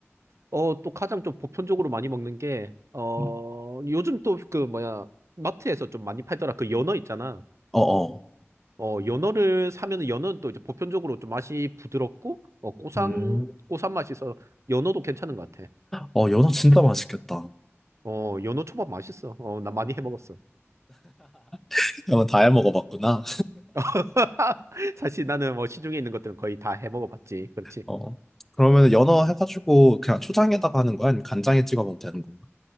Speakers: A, on the right (about 80°); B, in the centre.
A: 어, 또 가장 좀 보편적으로 많이 먹는 게, 어,
B: 음.
A: 요즘 또 그 뭐야, 마트에서 좀 많이 팔더라. 그 연어 있잖아.
B: 어어.
A: 어, 연어를 사면은 연어는 또 이제 보편적으로 좀 맛이 부드럽고, 어, 고상,
B: 음.
A: 고산 맛이 있어서 연어도 괜찮은 것 같아.
B: 어, 연어 진짜 맛있겠다.
A: 어, 연어 초밥 맛있어. 어, 나 많이 해 먹었어.
B: <laughs> 연어 다 해 먹어봤구나.
A: <laughs> 사실 나는 뭐 시중에 있는 것들은 거의 다 해 먹어봤지. 그렇지.
B: 어. 그러면 연어 해가지고 그냥 초장에다가 하는 거야? 아니면 간장에 찍어 먹으면 되는 건가?